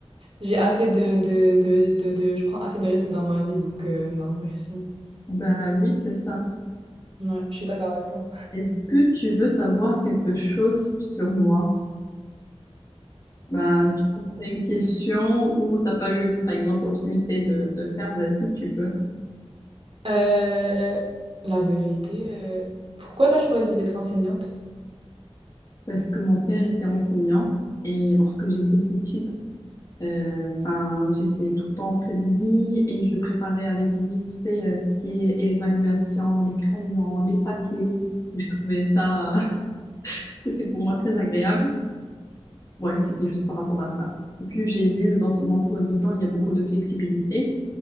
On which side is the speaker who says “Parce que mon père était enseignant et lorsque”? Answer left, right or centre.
Left